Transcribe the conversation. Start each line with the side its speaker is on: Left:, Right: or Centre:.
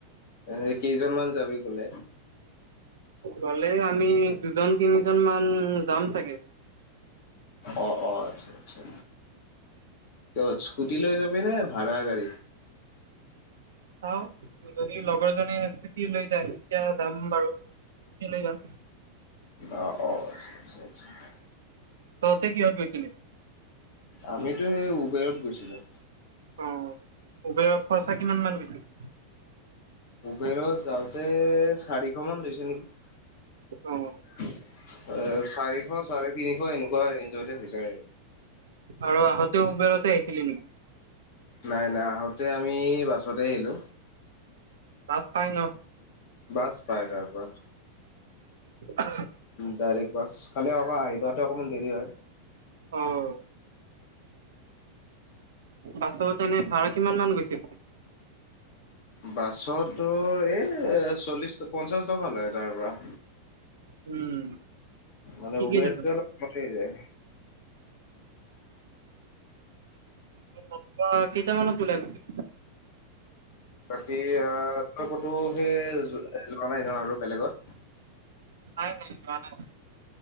Left: এই কেইজনমান যাবি গলে?
Right: গ'লেই আমি দুজন তিনিজন মান যাম চাগে।
Left: অঁ' অঁ'আৎচ্ছা-আৎচ্ছা। কিহত, স্কুটি লৈ যাবিনে ভাড়া গড়ী?
Right: চাওঁ, যদি লগৰ জনে স্কুতি লৈ যায়, তেতিয়া যাম বাৰু। কেলে যাম?
Left: অঁ', অ' আৎচ্ছা-আৎচ্ছা।
Right: তহতে কিহত গৈছিলি?
Left: আমিতো এই, উবেৰত গৈছিলোঁ।
Right: অঁ', উবেৰত খৰচা কিমান মান গৈছিল?
Left: উবেৰত যাওঁতে, চাৰিশ মান লৈছে নেকি। এ
Right: অ'।
Left: চাৰিশ, চাৰে তিনিশ, এনেকুৱা ৰেঞ্জতে হৈ যায় আৰু।
Right: আৰু আহোঁতেও উবেৰতে আহিছিলি নেকি?
Left: নাই নাই, আহোঁতে আমি বাছতে আহিলো।
Right: বাছ পাই ন?
Left: বাছ পাই-পাই-পাই।
Right: <inaudible>
Left: ডাইৰেক্ট বাছ, খালি আকৌ আহি পাওঁতে অকমান দেৰি হয়।
Right: অঁ' বাছত এনে ভাড়া কিমান মান গৈছিল?
Left: বাছত তোৰ, এই চল্লিশ, পঞ্চাশ টকা লয় তাৰ পৰা।
Right: উম'
Left: মানে
Right: ঠিকেই
Left: উবেৰতকে
Right: দেখোন
Left: অলপ বেছিয়ে যায়।
Right: ঘ পা কেইটা মানত ওলাই গৈছিলি?
Left: বাকী আহ, তই কতো সেই, যোৱা নাই ন' আৰু বেলেগত?
Right: নাই নাই যোৱা নাই।